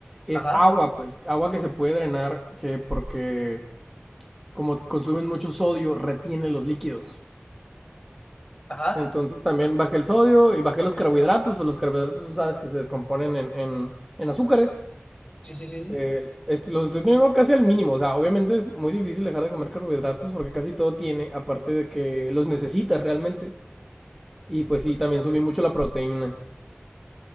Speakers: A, in the centre; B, on the left.
A: es
B: ajá,
A: agua, pues, agua que se puede drenar, que porque como consumen mucho sodio, retiene los líquidos.
B: ajá,
A: Entonces también bajé el sodio y bajé los carbohidratos, pues los carbohidratos tú sabes que se descomponen en, en- en azúcares.
B: sí, sí, sí,
A: Eh, est- los estoy teniendo casi al mínimo, o sea, obviamente es muy difícil dejar de comer carbohidratos porque casi todo tiene, aparte de que los necesitas realmente. Y pues sí, también subí mucho la proteína.